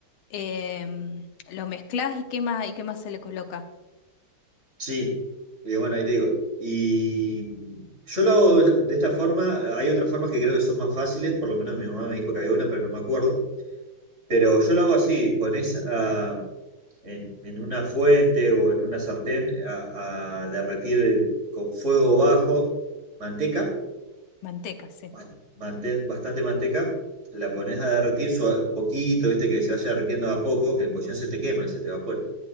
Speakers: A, on the left; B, on the right.
A: em, lo mezclas y qué más, y qué más se le coloca.
B: Sí. Y bueno, ahí te digo. Y yo lo hago de esta forma. Hay otras formas que creo que son más fáciles, por lo menos mi mamá me dijo que había una, pero no me acuerdo Pero yo lo hago así, pones a- en, en una fuente o en una sartén a, a derretir con fuego bajo manteca,
A: Manteca, sí.
B: ba- mante- bastante manteca, la pones a derretir sua- poquito, viste que se vaya derritiendo a poco, que pues si no se te quema y se te evapora.